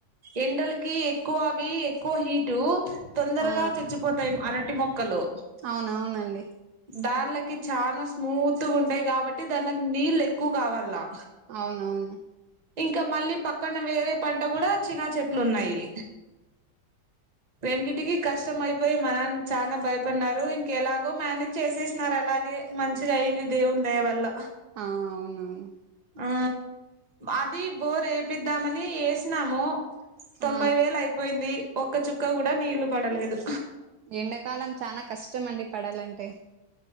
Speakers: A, on the right; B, on the right.
A: ఎండలకి ఎం క్కువ అవి ఎక్కువ హీటు తొందరగా
B: ఆ
A: చచ్చిపోతాయి అరటి మొక్కలు
B: అవునవునండి
A: దన్లకి చానా స్మూత్ ఉంటాయి కాబట్టి దానిలోకి నీళ్లు ఎక్కువ కావాళ్ళ
B: అవునవును
A: ఇంకా మళ్ళీ పక్కన వేరే పంట కూడా చినా చెట్లు ఉన్నాయి రండింటికి కష్టం అయిపోయి మా నాన్న చానా భయపడిన ఇంకెలాగో మేనేజ్ చేసేసినారు అలాగే మంచిగా అయింది దేవుని దయ వల్ల
B: ఆ అవునవును
A: ఆ అది బోర్ వేపిద్దామని వేసినాము తొంభై
B: ఆ
A: వేలు అయిపోయింది ఒక్క చుక్క కూడా నీళ్లు పడలేదు
B: ఎండాకాలం చాలా కష్టం అండి పడాలంటే